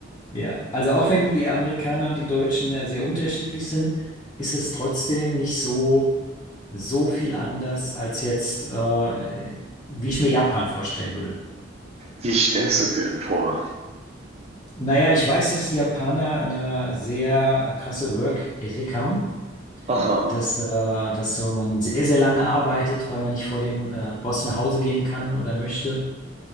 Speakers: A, on the left; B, on the right.
A: Ja, also auch wenn die Amerikaner und die Deutschen ja sehr unterschiedlich sind, ist es trotzdem nicht so, so viel anders als jetzt, äh, wie ich mir Japan vorstellen würde.
B: Wie stellst du es dir denn vor?
A: Naja, ich weiß, dass die Japaner eine sehr äh, krasse Work-Ethik haben,
B: Aha.
A: dass, äh, dass so man sehr, sehr lange arbeitet, weil man nicht vor dem äh, Boss nach Hause gehen kann oder möchte,